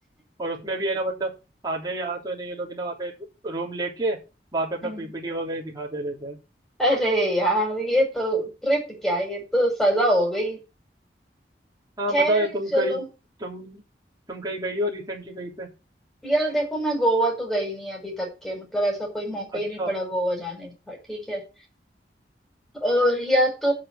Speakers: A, on the right; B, in the centre.
A: और उसमें भी है ना मतलब आधे यहाँ तो है ना ये लोग है ना वहाँ पे रूम लेके वहाँ पे अपना
B: हम्म।
A: पीपीटी वगैरह दिखाते रहते हैं
B: अरे यार ये तो ट्रिप क्या ये तो सजा हो गई
A: हाँ
B: खैर
A: बताओ यार तुम
B: चलो
A: कहीं तुम तुम कहीं गई हो रिसेंटली कहीं पे
B: यार देखो मैं गोवा तो गई नहीं अभी तक के मतलब ऐसा कोई मौका
A: अच्छा
B: ही नहीं पड़ा गोवा जाने का ठीक है और या तो